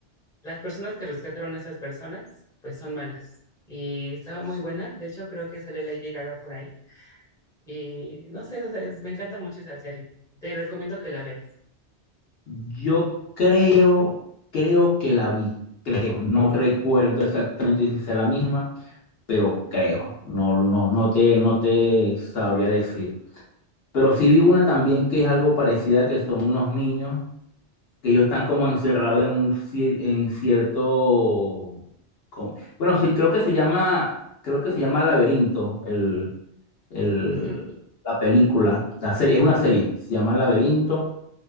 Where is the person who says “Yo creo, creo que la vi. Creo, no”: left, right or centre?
Left